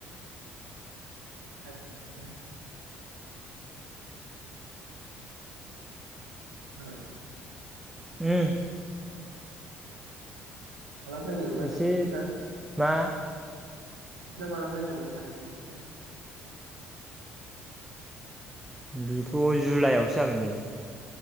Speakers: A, on the right; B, in the centre.
A: टाइम गैया जाबाय
B: उम
A: माला फैनो ओमफ्राय
B: एसे
A: प्रेकटिसा
B: मा
A: ओमफ्राय माला फैनो मोसानाय प्रेटिसा
B: बेथ' जुलाइआवसो जागोन नो